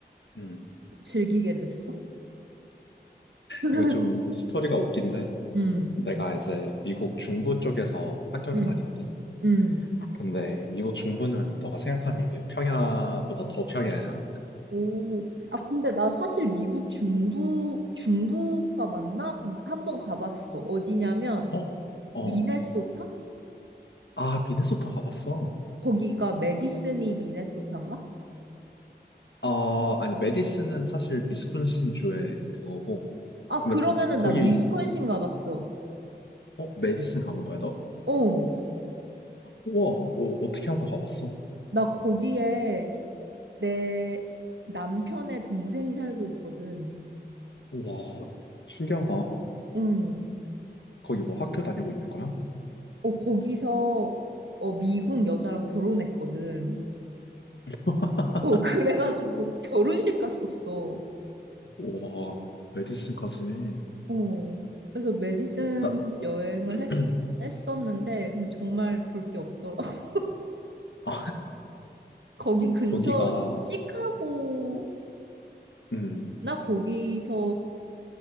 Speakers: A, on the left; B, on the right.
A: 음
B: 즐기게 됐어? <laughs>
A: 이거 좀 스토리가 웃긴데.
B: 음,
A: 내가 이제 미국 중부 쪽에서 학교를
B: 음,
A: 다니거든.
B: 음.
A: 근데 미국 중부는 너가 생각하는 그 평야보다 더 평야야.
B: 오, 아, 근데 나 사실 미국 중부, 중부가 맞나? 근데 한 번 가봤어. 어디냐면,
A: 어? 어. 어.
B: 미네소타?
A: 아, 미네소타 가봤어?
B: 거기가 메디슨이 미네소타인가?
A: 어, 아니 메디슨은 사실 위스콘신 주의 그거고.
B: 아,
A: 근데
B: 그러면은
A: 거기
B: 나 위스콘신 가봤어.
A: 어, 메디슨 가본 거야, 너?
B: 어,
A: 우와, 어, 어떻게 하다 가봤어?
B: 나 거기에 내 남편의 동생이 살고 있거든.
A: 우와, 신기하다.
B: 응.
A: 거기 뭐 학교 다니고 있는 거야?
B: 어, 거기서 어, 미국 여자랑 결혼했거든.
A: <laughs>
B: 어, 그래가지고 결혼식 갔었어.
A: 우와, 메디슨까지.
B: 어. 그래서 메디슨
A: 나, <clears throat>
B: 여행을 했, 했었는데, 근데 정말 볼 게 없더라. <laughs>
A: 아,
B: 거기 근처
A: 거기가,
B: 시- 시카고였나?
A: 음,
B: 거기서